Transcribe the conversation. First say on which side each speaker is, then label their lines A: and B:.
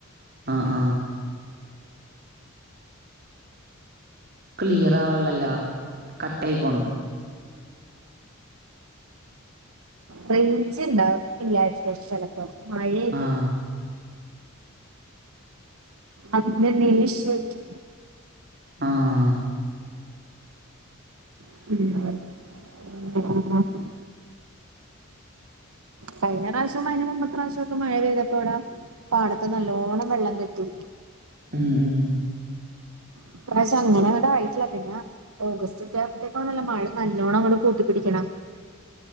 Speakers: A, on the right; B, on the right.
A: ആ ആ ക്ലിയർ ആവ്ള്ളല്ലോ കട്ടായി പോണ്.
B: റേയ്ഞ്ച് ഇണ്ടാവു. എല്ലായിടത്തും ചെലപ്പം മഴെറ്റ
A: ആഹ്
B: അതിന്റെ നിലിഷത്ത്
A: ആഹ്
B: <unintelligible> കഴിഞ്ഞ പ്രാവശ്യം അയ്ന്റെ മുമ്പത്തെ പ്രാശ്യാെക്കെ മഴ പെയ്തപ്പോ ഇവ്ടാ പാടത്ത് നല്ലോണം വെള്ളം കെട്ടി.
A: ഉം ഉം
B: ഇപ്രാവശം അങ്ങനെങടായിട്ടില്ല പിന്നെ ഓഗസ്റ്റ് ഒക്കെ ആകുമ്പോത്തേക്കാണല്ലോ മഴ നല്ലോണ്ണം ഇങ്ങട് കൂട്ടിപ്പിടിക്ണ്.